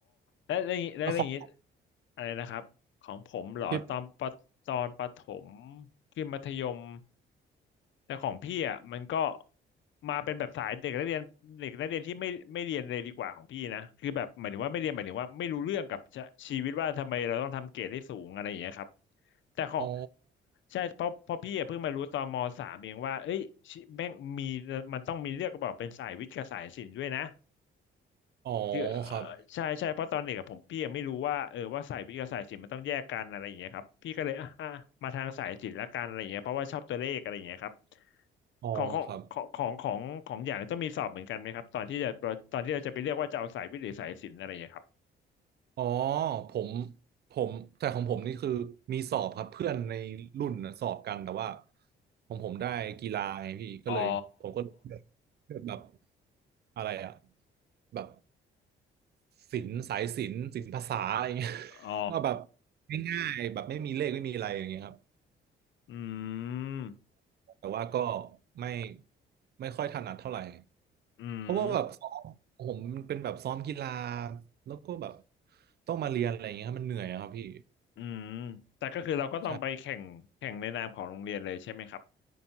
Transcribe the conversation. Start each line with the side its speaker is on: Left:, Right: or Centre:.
Left: แล้แล้วอย่างงี้และอย่างนี้
Right: แล้วของ
Left: อะไรนะครับของผมเหรอตอนปตอนประถม
Right: พี่
Left: ขึ้นมัธยมแต่ของพี่อ่ะมันก็มาเป็นแบบสายเด็กนักเรียนเด็กนักเรียนที่ไม่ไม่เรียนเลยดีกว่าของพี่นะคือแบบหมายถึงว่าไม่เรียนหมายถึงว่าไม่รู้เรื่องกับชะชีวิตว่าทำไมเราต้องทำเกรดให้สูงอะไรอย่างเงี้ยครับแต่ของ
Right: อ๋อ
Left: ใช่เพราะเพราะพี่อะเพิ่งมารู้ตอนมสามเองว่าเอ้ยชิแม่งมีมันต้องมีเลือกบอกเป็นสายวิทย์กับสายศิลป์ด้วยนะ
Right: อ๋อ
Left: คือเอ่อ
Right: ครับ
Left: ใช่ใช่เพราะตอนเด็กอะผมพี่ยังไม่รู้ว่าเออว่าสายวิทย์กับสายศิลป์มันต้องแยกกันอะไรอย่างเงี้ยครับพี่ก็เลยอ่ะอ่ะมาทางสายศิลป์ละกันอะไรอย่างเงี้ยเพราะว่าชอบตัวเลขอะไรอย่างเงี้ยครับ
Right: อ๋อครับ
Left: ของของของของของของอย่างต้องมีสอบเหมือนกันไหมครับตอนที่จะตอนที่เราจะไปเรียกว่าจะเอาสายวิทย์หรือสายศิลป์อะไรอย่างเงี้ยครับ
Right: อ๋อผมผมแต่ของผมนี่คือมีสอบครับเพื่อนในรุ่นน่ะสอบกันแต่ว่าของผมได้กีฬาไงพี่ก็เลยผมก็เลยเลือกเลือกแบบ
Left: อ๋อ
Right: อะไรอะแบบศิลป์สายศิลป์ศิลปภาษาอะไรเงี้ย <laughs>
Left: อ๋อ
Right: ก็แบบง่ายๆแบบไม่มีเลขไม่มีอะไรอย่างเงี้ยครับ
Left: อืม
Right: แต่ว่าก็ไม่ไม่ค่อยถนัดเท่าไหร่
Left: อืม
Right: เพราะว่าแบบซ้อมผมมันเป็นแบบซ้อมกีฬาแล้วก็แบบต้องมาเรียนอะไรอย่างเงี้ยครับมันเหนื่อยอะครับพี่
Left: อืมแต่ก็คือเราก็ต้องไปแข่งแข่งในนามของโรงเรียนเลยใช่ไหมครับ
Right: ใช่